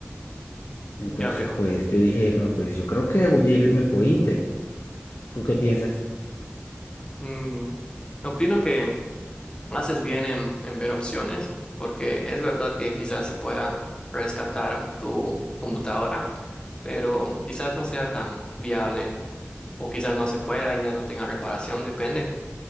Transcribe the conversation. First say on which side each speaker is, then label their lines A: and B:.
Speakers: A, on the left; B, on the left.
A: Entonces,
B: ya veo.
A: pues yo dije, no, pues yo creo que voy a irme por Intel. ¿Tú qué piensas?
B: Mm, opino que Haces bien en, en ver opciones, porque es verdad que quizás se pueda rescatar tu computadora, pero quizás no sea tan viable o quizás no se pueda y ya no tenga reparación, depende.